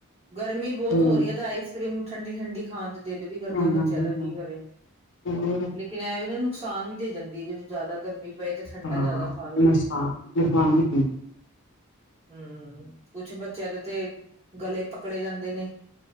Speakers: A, on the right (about 30°); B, on the left (about 55°).
A: ਗਰਮੀ ਬਹੁਤ
B: ਹੂੰ
A: ਹੋ ਰਹੀ ਹੈ, ਤਾਂ ਆਈਸ ਕਰ੍ਰੀਮ ਠੰਡੀ ਠੰਡੀ ਖਾਣ ਦਿਲ ਵੀ ਕਰਦਾ
B: ਹੂ ਹੂ
A: ਬੱਚਿਆਂ
B: ਹੂ
A: ਦਾ ਕੀ ਕਰੇ।
B: ਹੂ ਹੋਰ
A: ਲੇਕਿਨ ਇਹ ਐ ਨਾ, ਇਹ ਨੁਕਸਾਨ ਵੀ ਦੇ ਜਾਂਦੀ ਹੈ, ਜਦੋਂ ਜ਼ਿਆਦਾ ਗਰਮੀ ਪਏ ਤੇ ਠੰਡਾ
B: ਹਾਂ,
A: ਜ਼ਿਆਦਾ ਖਾ ਲੋ
B: ਨੁਕਸਾਨ ਤੇ ਬਾਦ ਵੀ
A: ਹੂ, ਕੁਛ ਬੱਚਿਆਂ ਦੇ ਤੇ, ਗਲੇ ਪਕੜੇ ਜਾਂਦੇ ਨੇ।